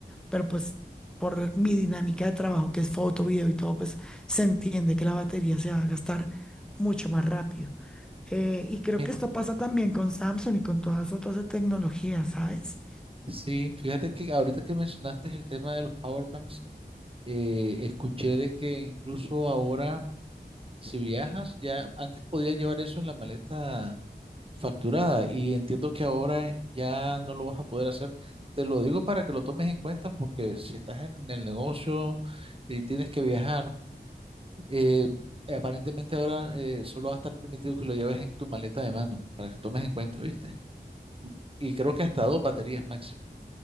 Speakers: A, in the centre; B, on the right.
A: Pero pues por mi dinámica de trabajo, que es foto, video y todo, pues se entiende que la batería se va a gastar mucho más rápido. Eh, y creo
B: Bien,
A: que esto pasa también con Samsung y con todas otras tecnologías, ¿sabes?
B: sí, fíjate que ahorita que mencionaste el tema de los power banks, eh, escuché de que incluso ahora, si viajas, ya antes podías llevar eso en la maleta facturada y entiendo que ahora ya no lo vas a poder hacer. Te lo digo para que lo tomes en cuenta porque si estás en el negocio y tienes que viajar, Eh, aparentemente ahora eh, solo va a estar permitido que lo lleves en tu maleta de mano, para que tomes en cuenta, ¿viste? Y creo que hasta dos baterías máximo.